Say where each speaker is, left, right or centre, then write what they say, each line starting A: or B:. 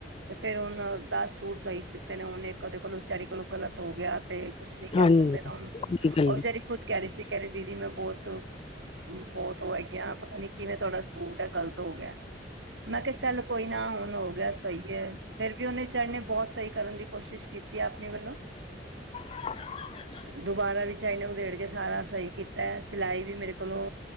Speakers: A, on the right; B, on the left.
A: ਤੇ ਫੇਰ ਉਨੇ ਦਸ ਸੂਟ ਸਈ ਸਿਤੇ ਨੇ ਉਨੇ ਇੱਕ ਉਦੇ ਕੋਲੋਂ ਵਿਚਾਰੀ ਕੋਲੋਂ ਗਲਤ ਹੋ ਗਿਆ। ਤੇ ਕੁਛ ਨੀ
B: ਹਾਂਜੀ
A: ਕਹਿ ਸਕਦੇ ਨਾ ਹ
B: ਕੋਈ ਗੱਲ
A: ਉ
B: ਨੀ
A: ਵਿਚਚਾਰੀ ਖੁਦ ਕੈ ਰਈ ਸੀ ਕੈਰੀ ਦੀਦੀ ਮੈਂ ਬਹੁਤ ਬਹੁਤ ਉ ਹੈਗੀ ਆ, ਪਤਾ ਨੀ ਕਿਵੇਂ ਤੁਹਾਡਾ ਸੂਟ ਐ ਗ਼ਲਤ ਹੋ ਗਿਆ। ਮੈਂ ਕਿਆ ਚੱਲ ਕੋਈ ਨਾ ਹੁਨ ਹੋ ਗਿਆ ਸਈ ਏ ਫੇਰ ਵੀ ਉਨੇ ਵਿਚਾਰੀ ਨੇ ਬਹੁਤ ਸਈ ਕਰਨ ਦੀ ਕੋਸ਼ਿਸ਼ ਕੀਤੀ ਆ ਆਪਨੇ ਵੱਲੋਂ
B: <inaudible>
A: ਦੁਬਾਰਾ ਵਿਚਾਰੀ ਨੇ ਉਦੇੜ ਕੇ ਸਾਰਾ ਸਈ ਕੀਤੈ ਸਿਲਾਈ ਵੀ ਮੇਰੇ ਕੋਲੋਂ